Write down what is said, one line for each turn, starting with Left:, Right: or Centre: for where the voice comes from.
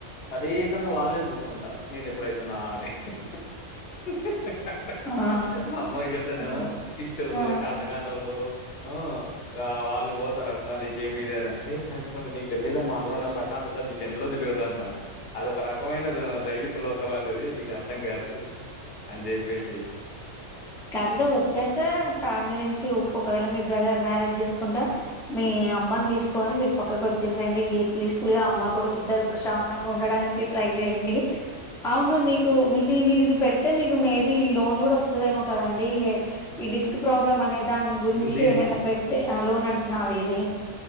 Left: తదేకంగా వాళ్ళనే చూస్తుంట నేను ఎప్పుడైతున్నా అని హ హ
Centre: ఆహా
Left: హ మా అమ్మకి చెప్తనేమో
Centre: అదే
Left: పిచ్చోళ్ళు
Centre: ఆ
Left: చేతకానోళ్ళు ఆ ఆ వాళ్ళు పోతారు అట్లా నీకేం మీదేదంటే <unintelligible> నీక్ తెలియదమ్మా అందులోన్న ప్రశాంతత నీకు ఎందులో తెలియదు అన్న అదొఒక రకమైన ఆ దైవికులు ఖం అయితది నీకు అర్థం కాదు అన్ చెప్పేసి
Centre: కాకపోతే వచ్చేస్తే ఫ్యామిలీ నుంచి ఒకవేళ మీ బ్రదర్ మ్యారేజ్ చేసుకుంటె మీ అమ్మని తీసుకని మీరు పక్కకు వచ్చేసేయండి. ఈ పీస్ఫుల్ గా అమ్మ కొడుకు ఇద్దరు ప్రశాంతంగా ఉండడానికి ట్రై చేయండి. అవును మీకు మీకు మీరు ఇది పెడితే మీకు మేబీ ఈ లోన్ కూడా వస్తదేమో కదండి ఈ డిస్క్ ప్రాబ్లం అనేది దాని గురించి
Left: దీనికి
Centre: ఏమన్న పెడితే ఆ లోన్ అంటున్నారుది ఇది